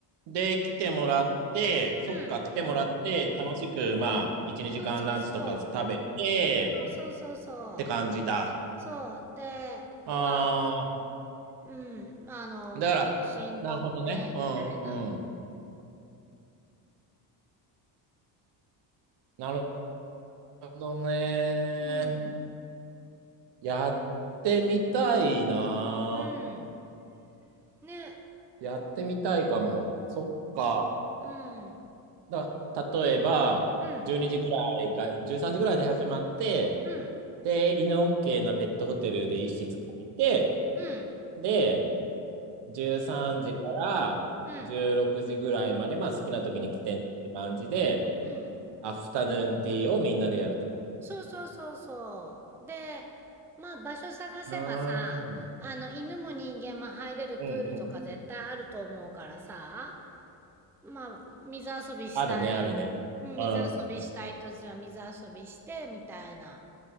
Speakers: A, on the right; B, in the centre.
A: で、来てもらって、そっか、
B: うん。
A: 来てもらって、楽しく、まあ、1、2時間ランチとか食べて、
B: そうそうそう。そうそうそうそうそう。
A: って感じだ。
B: そう。で、
A: ああ、
B: まあ、うん。あの、
A: だから、
B: 写真撮って、
A: なるほどね。うんうんうん。
B: みたいな。
A: なるほどね。
B: うん。
A: やってみたいな。
B: うん。ね。
A: やってみたいかも。そっか。
B: うん。
A: だ、例えば、
B: うん。
A: 12時ぐらいか、13時ぐらいに始まって、
B: うん。
A: で、犬 OK なペットホテルで一室借りて、
B: うん。
A: で、13時から16時ぐらいまで、
B: うん。
A: まあ好きな時に来てねって感じで、
B: うん。
A: アフタヌーンティーをみんなでやるって感じ。
B: そうそうそうそう。で、まあ場所探せばさ、
A: うーん。
B: あの犬も人間も入れるプールとか絶対あると思うからさ、
A: うんうん。
B: まあ水遊びしたい、
A: あるね、あるね。
B: うん水遊びしたいとじゃあ水遊びしてみたいな。
A: うん。